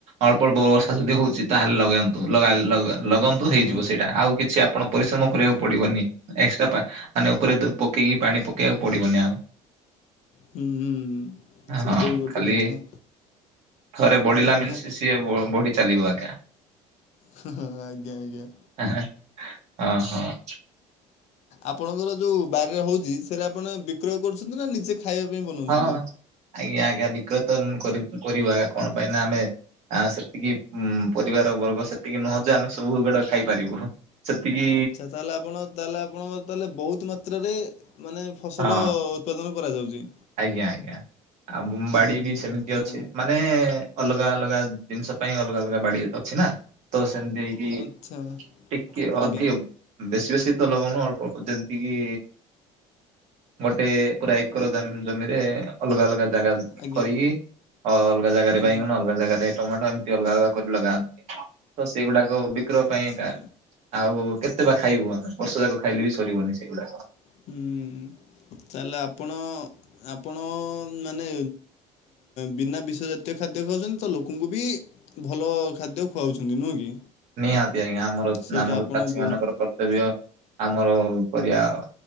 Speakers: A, on the right; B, on the left.
A: ଅଳ୍ପ ବ ବର୍ଷା ଯଦି ହଉଛି ତାହେଲେ ଲଗାନ୍ତୁ ଲଗା ଲଗନ୍ତୁ
B: ହଁ
A: ହେଇଯିବ ସେଇଟା ଆଉ କିଛି ଆପଣ ପରିଶ୍ରମ
B: ହଁ
A: କରିବାକୁ ପଡିବନି ଏକ୍ସଟ୍ରା ଆାନେ ଉପରେ ପକେଇ ପାଣି ପକେଇବାକୁ ପଡିବନି ଆଉ
B: ହୁଁ ହୁଁ ସେଇଟା
A: ହଁ
B: ବି ଗୋଟେ
A: ଖାଲି
B: କଥା।
A: ଥରେ ବଢିଲା
B: ବଢ଼ିଆ
A: ମିନ୍ସି ସିଏ ବଢି ଚାଲିବ ଏକା।
B: ହଁ ଆଜ୍ଞା ଆଜ୍ଞା।
A: ହଁ ହଁ।
B: ଆପଣଙ୍କର ଯୋଉ ବାରିରେ ହଉଛି ସେଟରେ ଆପଣ ବିକ୍ରୟ କରୁଛନ୍ତି ନା ନିଜେ ଖାଇବା ପାଇଁ ବନଉଛନ୍ତି?
A: ହଁ ଆଜ୍ଞା ଆଜ୍ଞା ବିକ୍ରୟ କରିବା ଆ କଣ ପାଇଁ ନା ଆମେ ଆ ସେତିକି ଉ ପରିବାର ବର୍ଗ ସେତିକି ନୁହଁ ଯେ ଆମେ ସବୁ ଗୁଡା ଖାଇପାରିବୁ। ସେତିକି
B: ଆଚ୍ଛା ତାହେଲେ ଆପଣ ତାହେଲେ ଆପଣଙ୍କ ତହେଲେ ବହୁତ ମାତ୍ରାରେ ମାନେ ଫସଲ
A: ହଁ
B: ଉତ୍ପାଦନ କରାଯାଉଛି।
A: ଆଜ୍ଞା ଆଜ୍ଞା ଆଉ ବୋମ୍ବାଡି
B: ଆଚ୍ଛା
A: ବି ସେମିତି ଅଛି ମାନେ ଅଲଗା ଅଲଗା ଜିନିଷ ପାଇଁ ଅଲଗା ଅଲଗା ବାଡି ଅଛି ନା। ତ ସେମିତି ହେଇକି
B: ଆଚ୍ଛା
A: ଟିକେ
B: ଆଜ୍ଞା
A: ଅଧି ବେଶୀ ବେଶୀ ତ ଲଗଉନୁ ଅଳ୍ପ ଅଳ୍ପ ଯେମତି କି ମୋଟେ ପୁରା ଏକର ଜାମି। ଜମିରେ ଅଲଗା ଅଲଗା ଜାଗା
B: ଆଜ୍ଞା
A: କରିକି ଅ ଅଲଗା ଜାଗାରେ
B: ଆଜ୍ଞା
A: ବାଇଗଣ ଅଲଗା ଜାଗାରେ ଟମାଟୋ ଏମିତି ଅଲଗା ଅଲଗା କରି ଲଗାନ୍ତି ତ ସେଗୁଡାକ ବିକ୍ରୟ
B: ଆଚ୍ଛା
A: ପାଇଁ ଏକା ଆଉ କେତେ ବା ଖାଇବୁ ଆମେ ବର୍ଷ ଯାକ ଖାଇଲେ ବି ସରିବନି ସେଇଗୁଡାକ।
B: ହୁଁ ତାହଲେ ଆପଣ ଆପଣ ମାନେ ବିନା ବିଶଜାତୀୟ ଖାଦ୍ୟ ଖାଉଛନ୍ତି ତ ଲୋକଙ୍କୁ ବି ଭଲ ଖାଦ୍ୟ ଖୁଆଉଛନ୍ତି ନୁହେଁ କି?
A: ନିହାତି ଆଜ୍ଞା ଆମର
B: ସେଇଟା
A: ଆମର
B: ଆପଣ
A: ଚାଷୀ
B: ବହୁତ
A: ମାନଙ୍କର କର୍ତ୍ତବ୍ୟ ଆମର ପରିବା